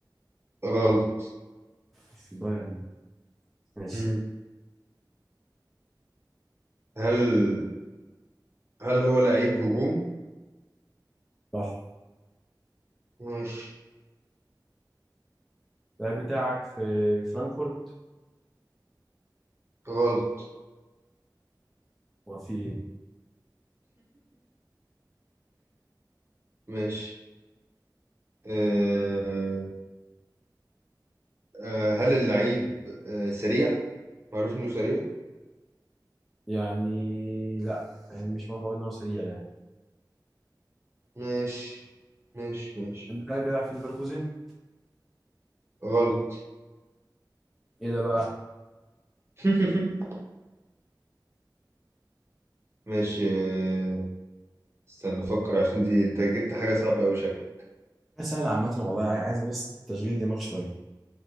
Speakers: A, on the right; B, in the centre.
A: غلط
B: مش في بايرن ماشي
A: مم. هل هل هو لعيب هجوم؟
B: صح
A: ماشي
B: اللعيب بتاعك في فرانكفورت
A: غلط
B: هو في ايه
A: ماشي أه... أه... هل اللعيب أه... سريع؟ معروف إنه سريع؟
B: يعني لا يعني مش بعرف اقول ان هو سريع يعني
A: ماشي ماشي ماشي
B: اللعيب بتاعك بيلعب في ليفركوزن
A: غلط
B: ايه ده بقى
A: <laughs> ماشي أه... استنى أفكر عشان دي أنت جبت حاجة صعبة أوي شكلك
B: سهل عامة والله عاي- عايزة بس تشغيل دماغ شوية